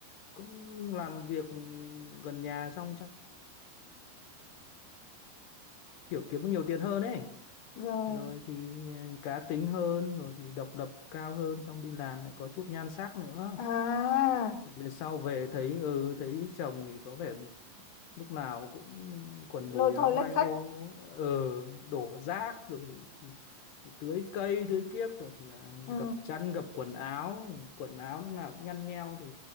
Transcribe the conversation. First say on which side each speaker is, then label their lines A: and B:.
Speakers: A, on the left (about 75°); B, on the left (about 55°).
A: cũng làm việc gần nhà xong chắc kiểu kiếm được nhiều tiền hơn ấy
B: rồi
A: rồi thì cá tính hơn rồi thì độc lập cao hơn xong đi làm lại có chút nhan sắc nữa
B: à
A: về sau về thấy ừ thấy chồng thì có vẻ lúc nào cũng quần đùi
B: lôi
A: áo
B: thôi
A: may
B: lếch thếch
A: ô ờ đổ rác rồi thì, thì, thì tưới cây tưới kiếp rồi thì là
B: ừ.
A: gập chăn gập quần áo quần áo lúc nào cũng nhăn nheo thì